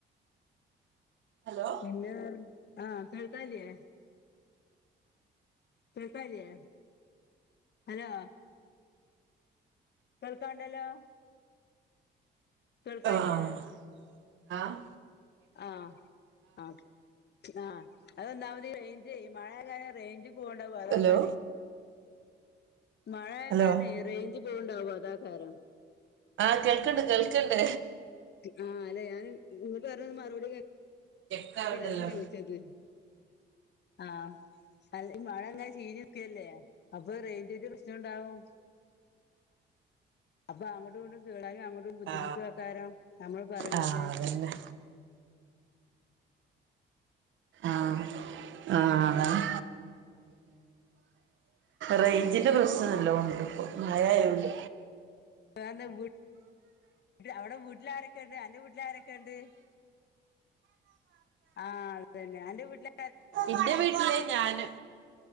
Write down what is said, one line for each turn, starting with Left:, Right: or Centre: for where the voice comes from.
Right: ഹലോ
Left: പിന്നെ ആഹ് കേൾക്കല്ലെ കേൾക്കല്ലേ ഹലോ കേൾക്കാണ്ടല്ലോ കേൾക്കാല്ലേ
Right: ആഹ് ആഹ്
Left: ആഹ് ആഹ് ആഹ് അതൊന്നാമതി റേഞ്ച് മഴയ റേഞ്ച് പോവണ്ടാവ അതാക്കാരെ
Right: ഹലോ
Left: മഴയ
Right: ഹലോ
Left: കാരണം റേഞ്ച് പോവണ്ടാവോ അതാകാരം
Right: ആഹ് കേൾക്കണ്ട് കേൾക്കണ്ട്
Left: ആഹ് അല്ലെ ഞാൻ ഇതിനു പറഞ്ഞ മറുപടി കേൾക്ക
Right: ചെക്കാവുണ്ടല്ലോ
Left: അത് തന്നെ അതാ ഞാൻ ചോദിച്ചത് ആഹ് അല്ല ഈ മഴ അങ്ങനെ ചീഞ്ഞ നിക്കല്ലേ അപ്പൊ റേഞ്ച് ഒരു പ്രശ്നംണ്ടാവും അപ്പൊ അങ്ങോട്ടുംണ്ടും കേളാനും അങ്ങോട്ടും ബുദ്ധിമുട്ട്
Right: ആ
Left: ആക്കാരം നമ്മള് പറയണത്
Right: ആ അതന്നെ ആഹ് ആഹ് അതാണ് റേയ്ഞ്ചിന്റെ പ്രശ്നം നല്ലൊണ്ട് ഇപ്പോ മഴയതുകൊണ്ട്
Left: കാണ്ട് വ് അവിടെ വീട്ടിലാരൊക്കെണ്ട് അന്റെ വീട്ടിലാരൊക്കെണ്ട് ആഹ് അതന്നെ അന്റെ വീട്ടില
Right: എന്റെ വീട്ടില ഞാന്